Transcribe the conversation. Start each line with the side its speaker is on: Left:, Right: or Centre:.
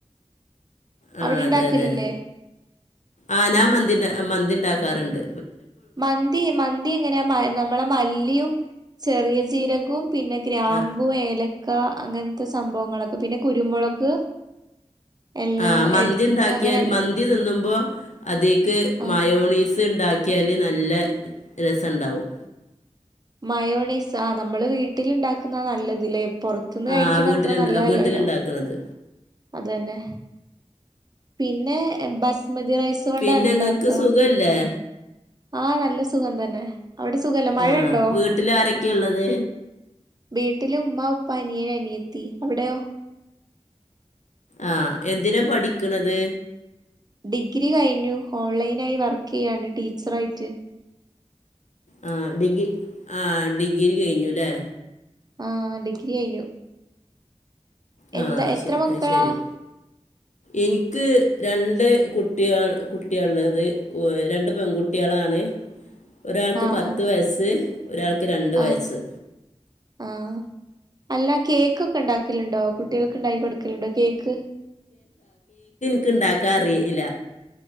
Left: ആ
Right: അവിടെ
Left: അതെ
Right: ഇണ്ടാക്കലില്ലേ
Left: അതെ ആനാ മന്തി മന്തി ഉണ്ടാക്ക ക്കറുണ്ട്
Right: മന്തി മന്തി എങ്ങനെയ മ നമ്മളെ മല്ലിയും ചെറിയ ജീരകവും പിന്നെ ഗ്രാമ്പു
Left: ആ
Right: ഏല ക്ക അങ്ങനത്തെ സംഭവങ്ങളൊക്കെ പിന്നെ കുരുമുളക് എല്ലാം
Left: ആ മന്തി
Right: എടുത്തിട്ട്
Left: ഉണ്ടാക്കിയാൽ
Right: അങ്ങനല്ലേ
Left: മന്തി തിന്നുമ്പോ അതിീക്ക്
Right: ആ
Left: മയോണീസ് ഉണ്ടാക്കി മുക്കിയാൽ നല്ല രസമുണ്ടാവും
Right: മയോണിസ് ആ് നമ്മള് വീട്ടിൽുണ്ടാക്കുന്ന നല്ലതില്ലേ പുൊറത്തുന്ന്
Left: ആ
Right: കഴിക്കണ
Left: വീട്ടിലുണ്ടാ
Right: അത്ര നല്ലതല്ലല്ലോ
Left: വീട്ടിലുണ്ടാക്കണത്
Right: അതന്നെ പിന്നെ ബസ് ബസ്മതി റൈസ് കൊണ്ടാണ്
Left: പിന്നെ
Right: ഉണ്ടാക്കുക
Left: നിങ്ങൾക്ക് സുഖമല്ലേ
Right: ആഹ നല്ല സുഖം തന്നെ അവിടെ സുഖല്ലേ മഴ
Left: ആഹ
Right: ഉണ്ടോ
Left: വീട്ടിൽ ആരൊക്കെയ ഉള്ളത്
Right: വീട്ടില ഉമ് ഉപ്പ അനിയന അനിയെത്തി അവിടെയോ
Left: ആഹ എന്തിനാ പഠിക്കണത്
Right: ഡിഗ്രി കഴിഞ്ഞു ഓൺലൈന ആയി വർക്ക് ചെയ്യാണ് ടീച്ചർയിട്ട്
Left: ആ ഡിഗി ആഹ ഡിഗ്രി കഴിഞ്ഞുല്ലേ
Right: ആഹ ഡിഗ്രി ആയിനു
Left: ആ
Right: എന്താ എത്ര
Left: ശ-
Right: മക്കളാ
Left: ശരി എനിക്ക് രണ്ട് കുട്ടി കുട്ടിയള്ളത് രണ്ട് പെൺകുട്ടികളാണ് ഒരാൾക്ക്
Right: ആഹ്
Left: പത്ത്
Right: ആഹ്
Left: വയസ് ഒരാൾക്ക് രണ്ട് വയസ്സ്
Right: ആഹ് ആഹ് അല്ല കേക്കൊക്കെ ഉണ്ടാക്കലുണ്ടോ കുട്ട കുട്ടികൾക്ക് ഉണ്ടായി കൊടുക്കലണ്ടോ കേക്ക്
Left: ഇണ്ടാക്കാ അറില്ല